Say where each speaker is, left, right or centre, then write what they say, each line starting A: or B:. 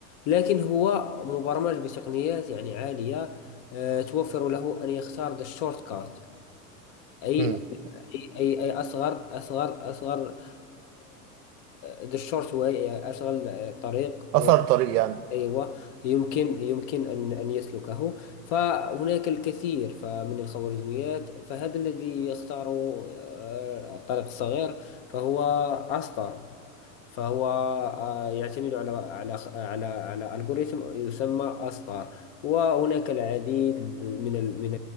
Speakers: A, on the left (about 55°); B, on the right (about 75°).
A: لكن هو مبرمج بتقنيات يعني عالية آه، توفر له أن يختار the shortcut أي
B: امم
A: اي اي اصغر اصغر اصغر ذا شورت واي اشغل آه، طريق
B: اثر
A: آه،
B: طريق يعني
A: ايوه يمكن يمكن ان ان يسلكه فهناك الكثير فمن الخوارزميات فهذا الذي يختار آه، الطريق الصغير فهو اصطر فهو آه، يعتمد على على على على ألغوريثم يسمى أستار وهناك العديد من ال- من